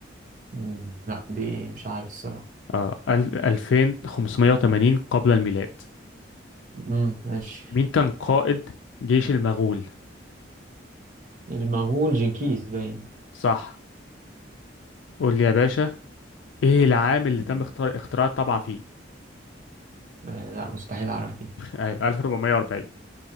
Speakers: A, on the right (about 40°); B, on the left (about 80°).
A: مم. لا دي مش عارف الصراحة
B: اه ال- 2580 قبل الميلاد
A: مم. ماشي
B: مين كان قائد جيش المغول
A: المغول جنكيز باين
B: صح قول لي يا باشا ايه العام اللي تم اختراع اختراع الطبعة فيه؟
A: آه لا مستحيل أعرف دي
B: <laughs> ايوه 1440